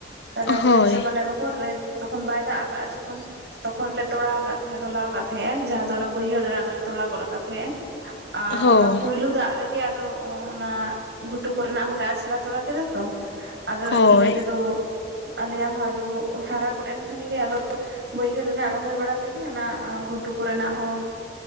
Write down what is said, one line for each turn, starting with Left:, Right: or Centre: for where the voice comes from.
Right: ᱛᱟᱦᱞᱮ ᱚᱱᱠᱟ
Left: ᱦᱳᱭ
Right: ᱦᱤᱥᱟᱹᱵ ᱢᱟᱱᱮ ᱨᱚᱦᱚᱲ ᱨᱮ ᱛᱚᱠᱷᱚᱱ ᱵᱟᱭ ᱫᱟᱜ ᱟᱠᱟᱜᱼᱟ ᱡᱚᱠᱷᱚᱱ ᱛᱚᱠᱷᱚᱱ ᱞᱮ ᱛᱚᱲᱟ ᱠᱟᱜ ᱛᱟᱦᱮᱸ ᱛᱚᱞᱟ ᱟᱠᱟᱜ ᱛᱟᱦᱮᱸᱜᱼᱟ ᱡᱟᱦᱟᱸ ᱫᱚ ᱚᱱᱟ ᱵᱟᱹᱭᱦᱟᱹᱲ ᱨᱮᱱᱟᱜ ᱫᱚᱞᱮ ᱛᱚᱞᱟ ᱜᱚᱫ ᱟᱠᱟᱫ ᱛᱟᱦᱮᱸᱜᱼᱟ ᱟᱨ
Left: ᱦᱳᱭ
Right: ᱚᱱᱟ ᱯᱩᱭᱞᱩ ᱫᱟᱜ ᱨᱮᱜᱮ ᱟᱫᱚ ᱚᱱᱟ ᱜᱷᱩᱴᱩ ᱠᱚᱨᱮᱱᱟᱜ ᱦᱚᱸᱞᱮ ᱟᱪᱷᱲᱟ ᱛᱚᱲᱟ ᱠᱮᱫᱟ ᱛᱚ ᱟᱫᱚ
Left: ᱦᱳᱭ
Right: ᱤᱱᱟᱹᱜ ᱛᱮᱫᱚ ᱟᱞᱮᱭᱟᱜ ᱦᱚᱸ ᱟᱫᱚ ᱦᱟᱨᱟ ᱜᱚᱫ ᱮᱱ ᱠᱷᱟᱱ ᱜᱮ ᱟᱫᱚ ᱵᱟᱹᱭᱦᱟᱹᱲ ᱨᱮᱱᱟᱜ ᱨᱚᱦᱚᱭ ᱵᱟᱲᱟ ᱛᱮᱜᱮ ᱦᱟᱱᱟ ᱜᱷᱩᱴᱩ ᱠᱚᱨᱮᱱᱟᱜ ᱦᱚᱸ